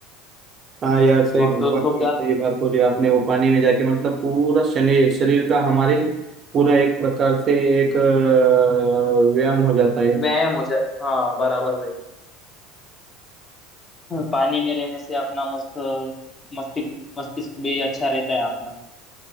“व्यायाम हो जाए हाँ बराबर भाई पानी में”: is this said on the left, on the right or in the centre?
Left